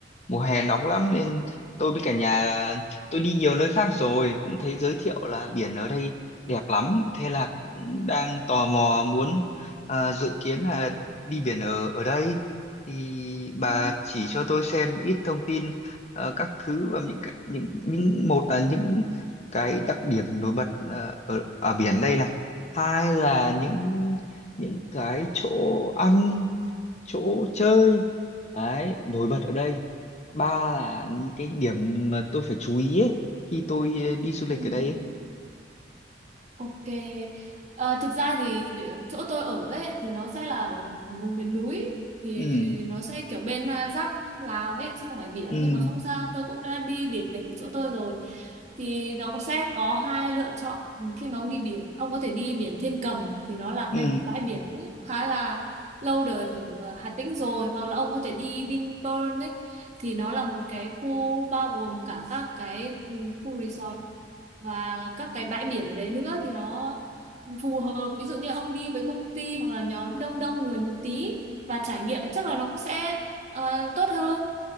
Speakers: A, on the left (about 40°); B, on the right (about 40°).
A: mùa hè nóng lắm nên tôi với cả nhà là- tôi đi nhiều nơi khác rồi cũng thấy giới thiệu là biển ở đây đẹp lắm thế là cũng đang tò mò muốn à, dự kiến là đi biển ở ở đây thì bà
B: Ừ,
A: chỉ cho tôi xem ít thông tin ờ, các thứ và những cái- những những một là những cái đặc điểm nổi bật ờ, ở ở biển đây này hai là những những cái chỗ ăn chỗ chơi đấy nổi bật ở đây ba là những cái điểm mà tôi phải chú ý ấy, khi tôi ờ, đi du lịch
B: ừ,
A: ở đây
B: ừ.
A: ấy.
B: Ok. Ờ, thực ra thì chỗ tôi ở ấy thì nó sẽ là ở vùng miền núi thì
A: ừ
B: nó sẽ kiểu bên à, giáp Lào ấy chứ không phải biển
A: ừ
B: nhưng mà không sao tôi cũng đã đi biển ở chỗ tôi rồi thì nó cũng sẽ có hai lựa chọn khi mà ông đi biển ông có thể đi biển Thiên Cầm thì nó là
A: ừ
B: cái bãi biển cũng khá là lâu đời ở ờ, Hà Tĩnh rồi hoặc là ông có thể đi Vinpearl ấy thì nó là một cái khu bao gồm cả các cái ừ, khu resort và các cái bãi biển ở đấy nữa thì nó phù hợp ví dụ như ông đi với công ty hoặc là nhóm đông đông người một tí và trải nghiệm chắc là nó cũng sẽ ờ, tốt hơn